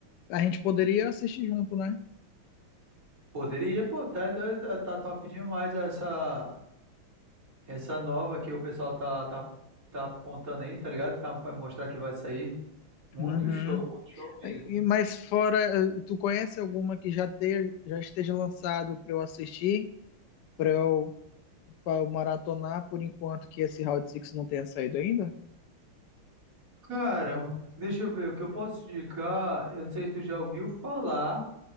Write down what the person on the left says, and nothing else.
A gente poderia assistir junto, né?
Uhum.
e- Mas fora, eh, tu conhece alguma que já, ter, já esteja lançado para eu assistir, para eu, pra eu maratonar, por enquanto que esse Round Six não tenha saído ainda?